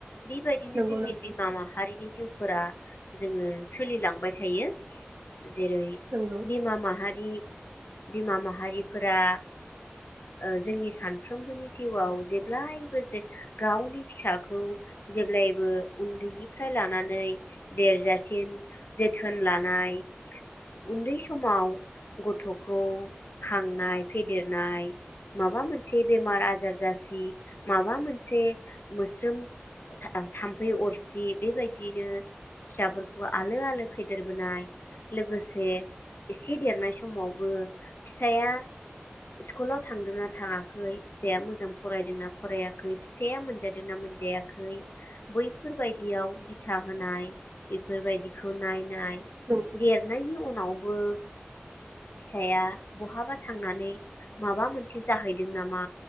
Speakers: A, on the left; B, on the right.
A: बेबायदिनो
B: नंगौ
A: जोंनि
B: नोंथां
A: बिमा माहारिनि जिउफोरा जोङो सोलिलांबाय थायो जेरै
B: नंगौ
A: बिमा माहारि बिमा माहारिफोरा ओ जोंनि सानफ्रोमबोनि जिउआव जेब्लायबो जे गावनि फिसाखौ जेब्लायबो उन्दैनिफ्राय लानानै देरजासिम जोथोन लानाय, उन्दै समाव गथ'खौ खांनाय फेदेरनाय नाय माबा मोनसे बेमार-आजार जासि, माबा मोनसे मोस्रोम थाम्फै अरसि, बेबायदियैनो फिसाफोरखौ आलो-आलो फेदेरबोनाय, लोगोसे एसे देरनाय समावबो फिसाया स्कुलाव थांदोंना थाङाखै, फिसाया मोजां फरायदोंना फरायाखै, फिसाया मोनजादोंना मोनजायाखै, बैफोर बादियाव दिथा होनाय, बेफोरबायदिखौ नाय नाय
B: नंगौ
A: देरनायनि उनाव बो फिसाया बहाबा थांनानै माबा मोनसे जाहैदों नामा,